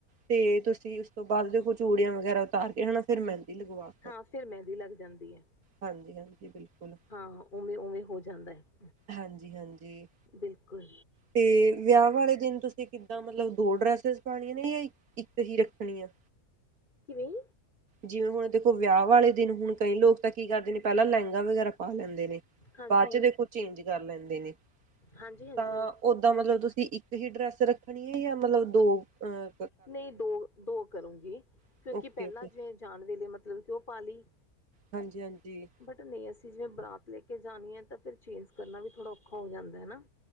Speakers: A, on the right (about 75°); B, on the left (about 30°).
A: ਤੇ ਤੁਸੀਂ ਉਸ ਤੋਂ ਬਾਅਦ ਦੇਖੋ ਚੂੜੀਆਂ ਵਗੈਰਾ ਉਤਾਰ ਕੇ ਹਨਾ। ਫੇਰ ਮਹਿੰਦੀ ਲਗਵਾ।
B: ਹਾਂ ਫਿਰ ਮਹਿੰਦੀ ਲੱਗ ਜਾਂਦੀ ਹੈ।
A: ਹਾਂਜੀ-ਹਾਂਜੀ ਬਿਲਕੁਲ।
B: ਹਾਂ ਉਵੇਂ- ਉਵੇਂ ਹੋ ਜਾਂਦਾ ਹੈ।
A: ਹਾਂਜੀ-ਹਾਂਜੀ।
B: ਬਿਲਕੁਲ
A: ਤੇ ਵਿਆਹ ਵਾਲੇ ਦਿਨ ਤੁਸੀਂ ਕਿੱਦਾਂ ਮਤਲਬ। ਦੋ ਡਰੈਸਿਸ ਪਾਣੀਆਂ ਨੇ ਜਾਂ ਇੱਕ ਇੱਕ ਹੀ ਰੱਖਣੀਆਂ।
B: ਕਿਵੇਂ?
A: ਜਿਵੇਂ ਹੁਣ ਦੇਖੋ। ਵਿਆਹ ਵਾਲੇ ਦਿਨ ਹੁਣ ਕਈ ਲੋਕ ਤਾਂ ਕੀ ਕਰਦੇ ਨੇ ਪਹਿਲਾਂ ਲਹਿੰਗਾ ਵਗੈਰਾ ਪਾ ਲੈਂਦੇ ਨੇ।
B: ਹਾਂਜੀ
A: ਬਾਅਦ ਚ ਦੇਖੋ ਚੇਂਜ ਕਰ ਲੈਂਦੇ ਨੇ
B: ਹਾਂਜੀ ਹਾਂਜੀ
A: ਤਾਂ। ਓਦਾਂ ਮਤਲਬ ਤੁਸੀਂ ਇੱਕ ਹੀ ਡਰੈੱਸ ਰੱਖਣੀ ਹੈ। ਜਾਂ ਮਤਲਬ ਦੋ ਆਂ।
B: ਨਹੀਂ ਦੋ-ਦੋ ਕਰੂੰਗੀ।
A: ਹੋ
B: ਕਿਉਂਕਿ
A: ਓਕੇ
B: ਪਹਿਲਾਂ
A: ਓਕੇ
B: ਜਿਵੇਂ ਜਣ ਵੇਲੇ ਮਤਲਬ ਕਿ ਉਂਹ ਪਾ ਲਈ।
A: ਹਾਂਜੀ-ਹਾਂਜੀ।
B: ਬਟ ਨਹੀਂ। ਅਸੀਂ ਜਿਵੇਂ ਬਰਾਤ ਲੈ ਕੇ ਜਾਣੀ ਹੈ। ਤਾਂ ਫਿਰ ਚੇਂਜ ਕਰਨਾ ਵੀ ਥੋੜ੍ਹਾ ਔਖਾ ਹੋ ਜਾਂਦਾ ਨਾ।